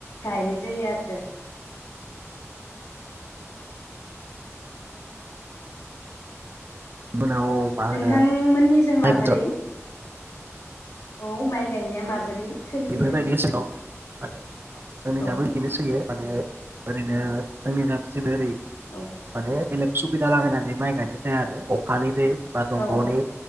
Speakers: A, on the left; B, on the right.
A: गायनाय जायो आरो
B: उनाव मा होनो
A: नोंथांमोननि जों माबोरै
B: माइखौथ'
A: औ माइ गायनाया माबोरै सोलियो
B: बेफोरबायदिनो सिङाव मे <unintelligible> जोंनि
A: औ
B: दाबो बिदिनो सोलियो माने ओरैनो जोंनि <unintelligible> ओरै
A: औ
B: माने बेलेग सुबिदा लागायनानै माइ गायनाय जाया आरो अखानि दै बा दंग'नि
A: औ